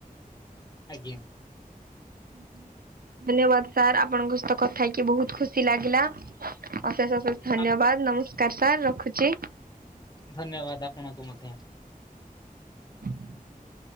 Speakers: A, on the left; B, on the right.
A: ଆଜ୍ଞା
B: ହୁଁ ହୁଁ ଧନ୍ୟବାଦ ସାର୍, ଆପଣଙ୍କ ସହିତ କଥା ହେଇକି ବହୁତ ଖୁସି ଲାଗିଲା। ଅଶେଷ ଅଶେଷ ଧନ୍ୟବାଦ।
A: ଆପ-
B: ନମସ୍କାର ସାର୍, ରଖୁଛି।
A: ଧନ୍ୟବାଦ ଆପଣଙ୍କୁ ମଧ୍ୟ।
B: <inaudible>